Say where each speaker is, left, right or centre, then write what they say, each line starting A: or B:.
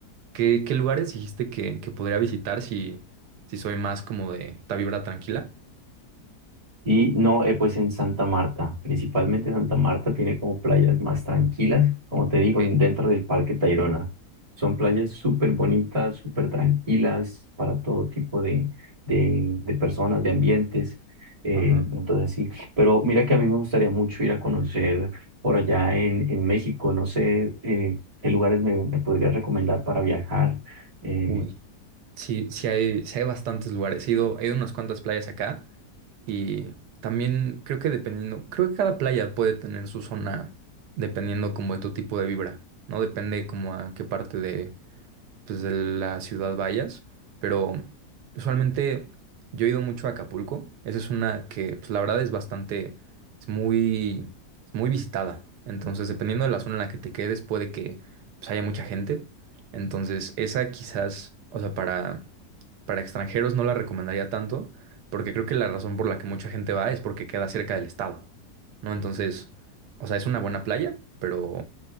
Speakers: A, on the right; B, on the right.
A: ¿Qué, qué lugares dijiste que, que podría visitar si, si soy más como de esta vibra tranquila?
B: Y no, eh, pues en Santa Marta, principalmente Santa Marta tiene como playas más tranquilas, como te digo,
A: Ok,
B: en- dentro del Parque Tayrona. Son playas súper bonitas, súper tranquilas para todo tipo de, de, de personas, de ambientes. eh,
A: Ajá.
B: entonces sí, pero mira que a mí me gustaría mucho ir a conocer por allá en, en México, no sé eh, qué lugares me, me podría recomendar para viajar. eh,
A: Uy, sí, sí hay, sí hay bastantes lugares. He ido, he ido a unas cuantas playas acá y también creo que dependiendo, creo que cada playa puede tener su zona dependiendo como de tu tipo de vibra, ¿no? Depende como a qué parte de pues, de la ciudad vayas, pero usualmente yo he ido mucho a Acapulco. Esa es una que, pues, la verdad es bastante, es muy, es muy visitada. Entonces, dependiendo de la zona en la que te quedes, puede que pues, haya mucha gente. Entonces, esa quizás, o sea, para, para extranjeros no la recomendaría tanto, porque creo que la razón por la que mucha gente va es porque queda cerca del estado, ¿no? Entonces, o sea, es una buena playa, pero